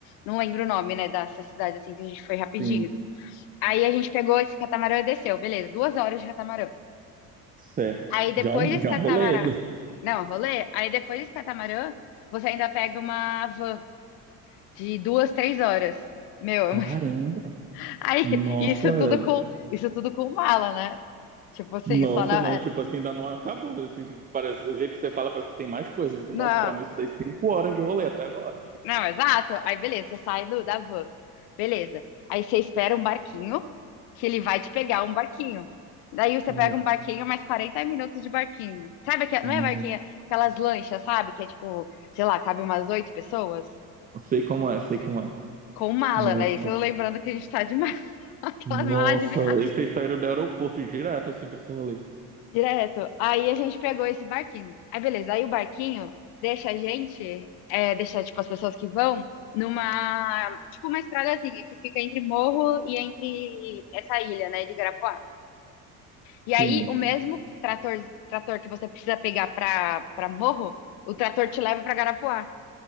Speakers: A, on the left; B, on the right.
A: Não lembro o nome, né, dessa cidade assim que a gente foi rapidinho.
B: Sim,
A: Aí a gente pegou esse catamarã e desceu, beleza, duas horas de catamarã.
B: certo.
A: Aí depois
B: Já é um,
A: desse
B: já
A: catamarã,
B: é um rolê.
A: não, rolê. Aí depois desse catamarã, você ainda pega uma van de duas, três horas. Meu,
B: Caramba.
A: é uma- <laughs> aí
B: Nossa,
A: isso tudo
B: velho.
A: com isso tudo com mala, né? Tipo assim,
B: Nossa,
A: só na.
B: não, e,
A: é,
B: tipo assim, ainda não acabou. Assim, Parece, o jeito que você fala, parece que tem mais coisas. Tipo,
A: Não,
B: nossa, pra mim isso daí cinco horas de rolê até agora.
A: não, exato. Aí beleza, você sai do, da van. Beleza. Aí você espera um barquinho, que ele vai te pegar um barquinho. Daí você
B: Nossa.
A: pega um barquinho, mais 40 minutos de barquinho. Sabe aquela, não
B: Não
A: é barquinho, é aquelas lanchas, sabe? Que é tipo, sei lá, cabe umas oito pessoas
B: sei como é, sei como é.
A: com mala,
B: Nossa.
A: né? Isso eu lembrando que a gente tá de mala, <laughs> aquelas
B: Nossa,
A: malas de viagem.
B: velho. e vocês saíram do aeroporto direto, assim, pra esse rolê.
A: Direto. Aí a gente pegou esse barquinho. Aí beleza, aí o barquinho deixa a gente, é, deixa tipo as pessoas que vão numa, tipo uma estradazinha que fica entre morro e entre essa ilha, né, de Garapuá. E aí
B: Sim.
A: o mesmo trator, trator que você precisa pegar pra, pra morro, o trator te leva pra Garapuá.